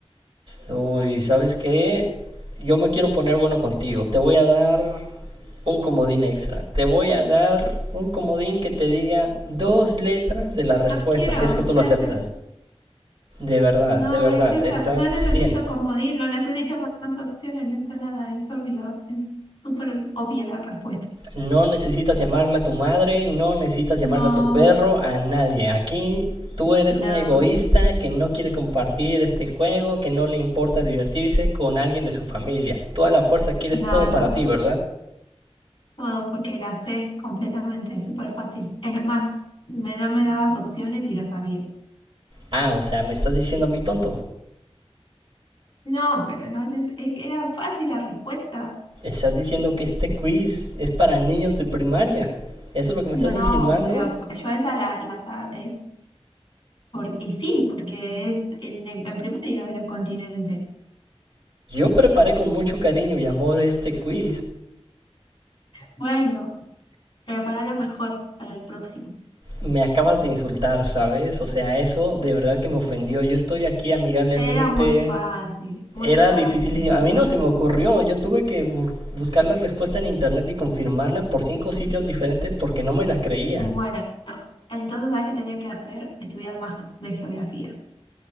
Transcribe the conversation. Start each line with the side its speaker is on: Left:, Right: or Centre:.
Right: Uy, ¿sabes qué? Yo me quiero poner bueno contigo. Te voy a dar un comodín extra. Te voy a dar un comodín que te diga dos letras de la respuesta,
Left: No quiero,
Right: si es que tú
Left: ya
Right: lo aceptas.
Left: sé.
Right: De verdad,
Left: No,
Right: de verdad,
Left: es esa.
Right: está
Left: No necesito
Right: cien
Left: comodín, no necesito más, más opciones, no es nada, es obvio, es súper obvia la respuesta.
Right: No necesitas llamarla a tu madre, no necesitas
Left: No.
Right: llamarla a tu perro, a nadie. Aquí tú eres
Left: No,
Right: una egoísta que no quiere compartir este juego, que no le importa divertirse con alguien de su familia. Tú a la fuerza quieres
Left: no,
Right: todo
Left: no,
Right: para
Left: no.
Right: ti, ¿verdad?
Left: Todo porque la sé completamente, súper fácil. Es más, me, no me dabas opciones y las sabía.
Right: Ah, o sea, me estás diciendo a mí tonto.
Left: No, pero no es, es que era fácil la respuesta.
Right: ¿Estás diciendo que este quiz es para niños de primaria? ¿Eso es lo que
Left: No,
Right: me estás insinuando?
Left: pero yo esa la, la sab- es por, y sí, porque es en, en primaria de los continentes.
Right: Yo preparé con mucho cariño y amor este quiz.
Left: Bueno, prepara lo mejor para el próximo.
Right: Me acabas de insultar, ¿sabes? O sea, eso de verdad que me ofendió. Yo estoy aquí amigablemente.
Left: Era muy fácil, muy
Right: Era
Left: fácil,
Right: difícil.
Left: muy
Right: A mí
Left: fácil.
Right: no se me ocurrió. Yo tuve que bu- buscar la respuesta en internet y confirmarla por cinco sitios diferentes porque no me la creía.
Left: Bueno, entonces, ¿sabes qué tenía que hacer? Estudiar más de geografía.